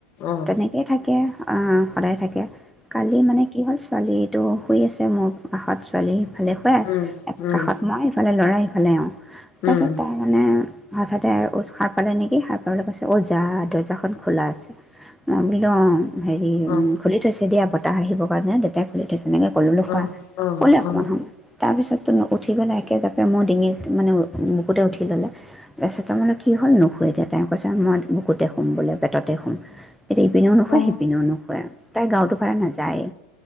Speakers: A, on the left; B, in the centre.
A: উম
B: তেনেকেই থাকে আৰ আ আ সদায় থাকে। কালি মানে কি হ'ল ছোৱালী তো শুই আছে মোৰ কাষত ছোৱালী ভালে হয়
A: উম
B: এক
A: উম
B: কাষত সিফালে ল'ৰা সেইফালে এওঁ। আহ্
A: উম
B: তাৰপিছত তাৰ মানে আ হঠাতে আৰু উঠ সাৰ পালে নেকি সাৰ পেলাই কৈছে, ও জা দৰ্জাখন খোলা আছে আহ্ বুলি লওঁ হেৰি
A: অ
B: উ উ খুলি থৈছে দিয়া ব তাই আহিব কাৰণে দেউতাই খুলি থৈছে তেনেকে ক'লল্লো খোৱা
A: অ অ
B: হ'লেও অকমান
A: অ
B: সময় তাৰপিছত তেনেকুৱা উঠি পেলাই একে জাপে মোৰ ডিঙিত মানে উ বুকুতে উঠি ল'লে তাৰপিছে তাৰ মানে কি হ'ল নুশুৱে দিয়া তেওঁ কৈছে মই বুকুতে শুম বোলে পেটতে শুম আহ্ এতিয়া ইপিনেও নোশুৱে
A: অ
B: সিপিনেও নোশুৱে তাই গাৰুটোৰ ফালে নেযায়ে